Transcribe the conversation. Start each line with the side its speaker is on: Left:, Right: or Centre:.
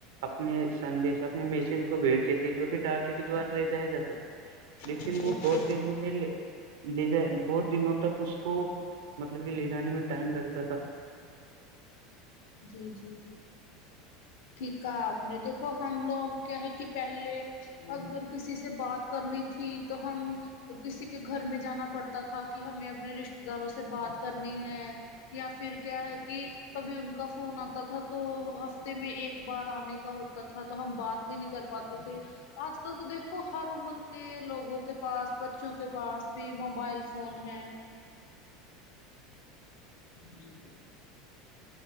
Right: اپنے سندیش اپنے میسج کو بھیجتے تھے جو کہ ڈاکی کے دوارا لے جایا جاتا تھا لیکن
Left: جی
Right: وہ بہت
Left: جی
Right: دن وہ میے لے جا بہت دنوں تک اس کو مطلب کہ لے جانے میں ٹائم لگتا تھا
Left: جی جی ٹھیک کہا آپ نے دیکھو ہم لوگ کیا ہے کہ پہلے اگر کسی سے بات کرنی تھی تو ہم کسی کے گھر میں جانا پڑتا تھا کہ ہمیں اپنے رشتے داروں سے بات کرنی ہے یا پھر کیا ہے کہ کبھی ان کا فون آتا تھا تو ہفتے میں ایک بار آنے کا ہوتا تھا تو ہم بات بھی نہیں کرتے پاتے تھے آج کل تو دیکھو ہر عمر کے لوگوں کے پاس بچوں کے پاس بھی موبائل فون ہیں ج